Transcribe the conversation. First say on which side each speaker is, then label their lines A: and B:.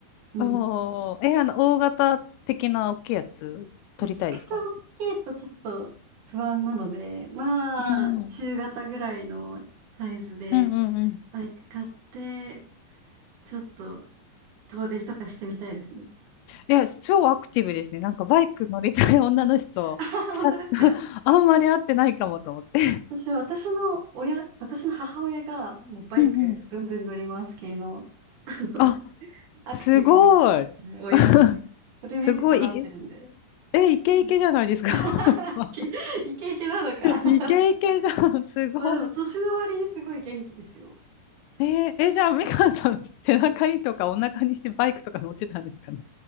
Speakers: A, on the right; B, on the left.
A: うん。
B: おー、え、あの、大型的な大きいやつ取りたいですか
A: めちゃくちゃ大きいとちょっと不安なので、まあ、
B: うんうん
A: 中型ぐらいのサイズで、
B: うんうんうん。
A: バイク買って、ちょっと遠出とかしてみたいですね。
B: いや、超アクティブですね。なんかバイク乗りたい女の人、
A: <laughs> あはは本当ですか
B: さ、<laughs> あんまり会ってないかもと思って。
A: 私は私の親、私の母親がもうバイクブンブン乗ります系の、
B: うんうん。
A: <laughs> あの
B: あ、
A: アクティブなはい親で、
B: すごい。<laughs>
A: それ見て育ってるんで。
B: すごい。え、イケイケじゃないですか。
A: うん <laughs>
B: <laughs>
A: イケイケイケなのか
B: イケイケじゃん、
A: <laughs>
B: すごい。
A: まあでも年の割にすごい元気ですよ。
B: えーえ、じゃあ、美川さん、背中にとかお腹にしてバイクとか乗ってたんですかね。